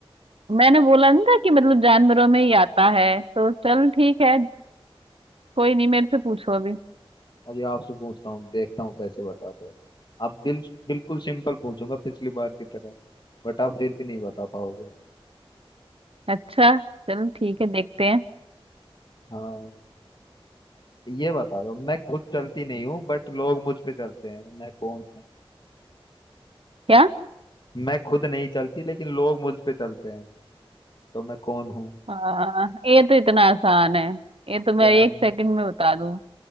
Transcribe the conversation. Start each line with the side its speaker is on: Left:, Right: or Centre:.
Right: मैंने बोला नहीं था कि मतलब जानवरों में ही आता है तो चल ठीक है कोई नहीं मेरे से पूछो अभी
Left: अभी आपसे पूछता हूँ देखता हूँ कैसे बताते हैं अब बिल, बिल्कुल सिंपल पूछूंगा पिछली बार की तरह बट आप फिर भी नहीं बता पाओगे
Right: अच्छा चलो ठीक है देखते हैं
Left: हाँ ये बता दो मैं खुद चलती नहीं हूँ बट लोग मुझ पे चलते हैं मैं कौन हूँ
Right: क्या
Left: मैं खुद नहीं चलती लेकिन लोग मुझ पे चलते हैं तो मैं कौन हूँ
Right: हाँ ये तो इतना आसान है ये तो मैं
Left: क्या
Right: एक
Left: है
Right: सेकंड में बता दूं